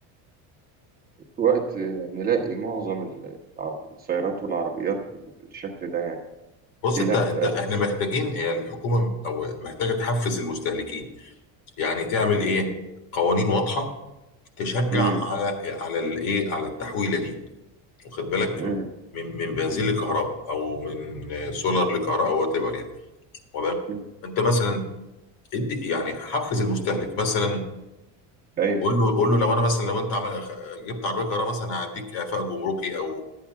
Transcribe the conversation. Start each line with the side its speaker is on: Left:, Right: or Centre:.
Right: في وقت نلاقي معظم السيارات والعربيات بالشكل ده يعني
Left: بص
Right: ليه
Left: انت
Right: لا
Left: انت احنا
Right: بس
Left: محتاجين هي الحكومه او محتاجه تحفز المستهلكين يعني تعمل
Right: مم.
Left: ايه قوانين واضحه تشجع
Right: مم.
Left: على على الايه على التحويله دي واخد بالك
Right: مم.
Left: من من بنزين لكهرباء او من سولار لكهرباء او وات ايفر يعني واخد بالك؟
Right: مم.
Left: انت مثلا ادي يعني حفز المستهلك مثلا
Right: ايوه
Left: قول له قول له لو انا مثلا لو انت عمل جبت عربيه كهرباء مثلا هعديك اعفاء جمركي او